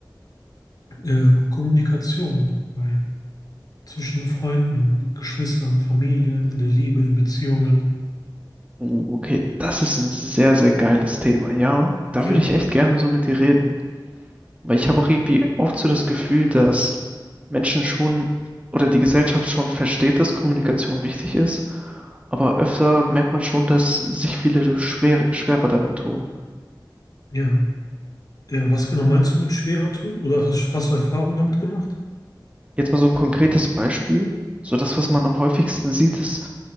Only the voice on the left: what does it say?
äh, Kommunikation bei, zwischen Freunden, Geschwistern, Familie, in der Liebe, in Beziehungen.
Ja,
ja, ja. Was genau meinst du mit schwerer tun? Oder hast, hast du Erfahrungen damit gemacht?